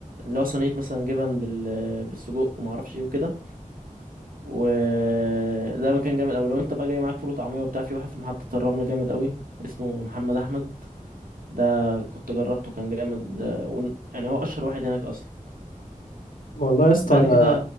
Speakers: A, on the right; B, on the left.
A: اللي هو صينية مثلا جبن بال... بالسجق ومعرفش ايه وكده وده مكان جامد قوي لو انت بقى جاي معاك فول وطعميه وبتاع في واحد في محطه الرمل جامد قوي اسمه محمد احمد ده كنت جربته كان جامد ده ون- يعني هو اشهر واحد هناك اصلا
B: والله يا اسطى
A: بعد
B: انا
A: كده